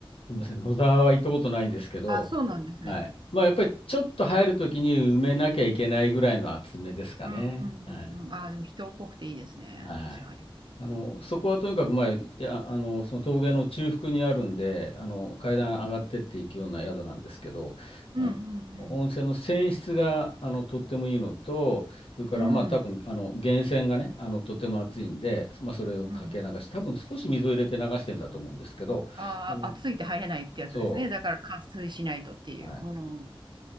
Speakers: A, on the left; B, on the right.
A: すみません、野沢は行ったことないんですけど、
B: あ、そうなんですね。
A: はい。まあ、やっぱりちょっと入るときに埋めなきゃいけないぐらいの厚めですかね。
B: うんうんうんうん。
A: はい。
B: あ、でも人っぽくていいですね。
A: はい。
B: 確かに。
A: あの、
B: うん
A: そこはとにかく、
B: うん
A: まあ、いや、あの、その峠の中腹にあるんで、あの、階段上がってっていくような宿なんですけど、
B: うんうん。
A: あの、温泉の泉質が、あの、とってもいいのと、それから、
B: うん
A: まあ、多分、あの、源泉がね、あの、とても熱いんで、まあ、それをかけ流し、
B: うん
A: 多分少し水を入れて流してんだと思うんですけど、
B: あ、
A: うん
B: 暑いって入れないってやつですね。
A: そ
B: だから加水しないとっていう。
A: う、はい。
B: うん。